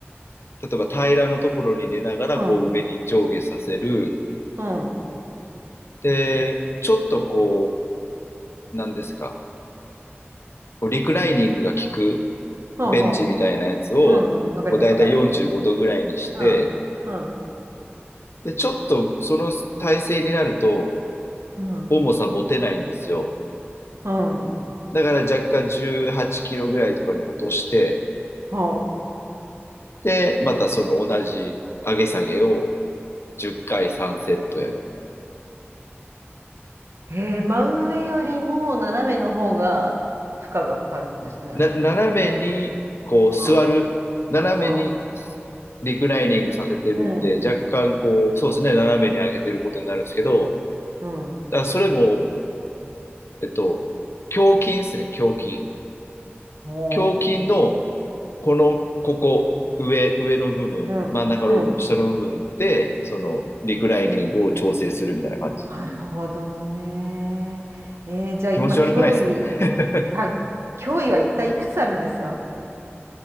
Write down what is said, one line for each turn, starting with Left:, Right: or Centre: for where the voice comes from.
Left: 例えば平らのところに寝ながら、
Right: うん。
Left: こう上に上下させる。
Right: うん。
Left: で、ちょっとこう、なんですか、こうリクライニングが効く
Right: ほうほ
Left: ベンチみたいなやつを、
Right: う。うんうん。わかります、
Left: こうだいたい45度ぐらいにして、
Right: わかります。うん。うん。
Left: で、ちょっとその体勢になると、
Right: うん。
Left: 重さ持てないんですよ。
Right: うん。
Left: だから若干18キロぐらいとかに落として、
Right: ほ
Left: で、またその同じ上げ下げを10回3セットやるみたいな。
Right: う。へえ、真上よりも斜めの方が負荷がかかるんですね。
Left: な、斜めにこう座る、
Right: うん。
Left: 斜めに
Right: うん。
Left: リクライニングさせてるんで、
Right: うん。
Left: 若干こう、そうですね、斜めに上げてることになるんですけど、
Right: うん。
Left: だからそれも、えっと、胸筋ですね、胸筋。
Right: ほ
Left: 胸筋の、この、ここ、上、上の部分、
Right: う。うん。
Left: 真ん中の部分、
Right: うん。
Left: 下の部分で、その、リクライニングを調整するみたいな感じ。
Right: なるほどね。えー、じゃあ今、
Left: 気持ち悪くないですか
Right: 脅威、1脅威は一体いくつあるんですか
Left: <laughs>